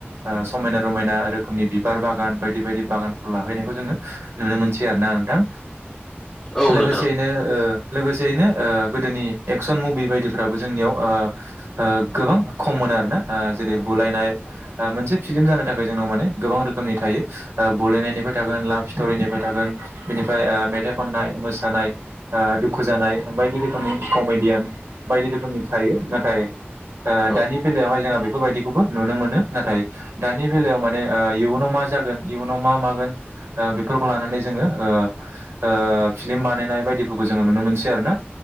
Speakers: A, on the right; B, in the centre.
A: ओह समायना रमायना रोखोमनि बिबार बागान बायदि बायदि बागान। लाहैनायखौ जोङो नुनोमोनसै आरोना नोंथां
B: औ
A: लोगोसेयैनो
B: नोंथां
A: ओह। लोगोसेयैनो ओह गोदोनि एक्सन मुबि बायदिफोराबो जोंनियाव ओह ओह गोबां खम मोन। आरोना ओह जेरै बुलायनाय ओह मोनसे फिलिम जानो थाखाय जोंनाव माने गोबां रोखोमनि थायो ओह बु बुलायनाय निफाय थागोन लाफ सिथरिनिफाय थागोन बिनिफाय ओह मेथाइ खननाय मोसानाय ओह बिफ खुजानाय बायदि रोखोमनि खमेडियान बायदि रोखोमनि थायो नाथाय। ओह
B: औ
A: दानि बेलायावहाय जोंहा बेफोरबायदिखौबो नुनोमोनो नाथाय दानि बेलायाव माने ओह इयुनाव मा। माजागोन इयुनाव मा मागोन। ओह बेफोरखौ लानानै जोङो ओह ओह फिलिम बानायनाय बायदिफोरखौ जो जोङो नुनो मोनसै आरोना।